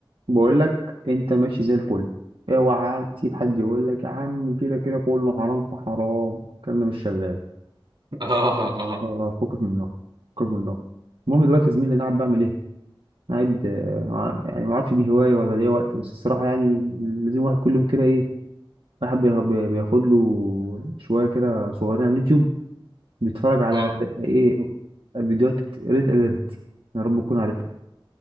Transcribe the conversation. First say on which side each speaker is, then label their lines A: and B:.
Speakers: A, on the right; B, on the right.
A: بقول لك انت ماشي زي الفل اوعى تسيب حد يقول لك يا عم كده كده كله حرام في حرام الكلام ده مش شغال
B: اه اه
A: اه آه، فكك منه فكك منه المهم دلوقتي يا زميلي انا قاعد بعمل ايه؟ أنا قاعد آه، يعني ما اعرفش دي هوايه ولا دي وقت بس الصراحه يعني لازم واحد كل يوم كده ايه واحد بيه- بي- بياخد له شوية كده صغيرين على اليوتيوب بيتفرج على
B: اه
A: ايه فيديوهات ريد اليرت يا رب تكون عارفها